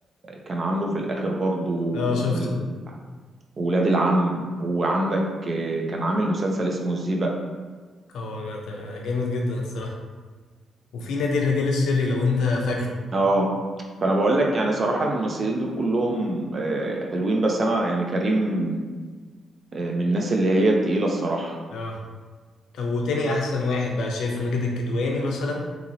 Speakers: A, on the right; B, on the left.
A: كان عامله في الآخر برضو
B: اه شفته
A: من ال- ولاد العم وعندك آه، كان عامل مسلسل اسمه الزيبق
B: هو لا ده جامد جدا الصراحة وفي نادي الرجال السري لو انت فاكره
A: اه فأنا بقول لك يعني صراحة الممثلين دول كلهم آه، حلوين بس أنا يعني كريم آه، من الناس اللي هي التقيلة الصراحة
B: اه طب وتاني احسن واحد بقى شايف ماجد الكدواني مثلا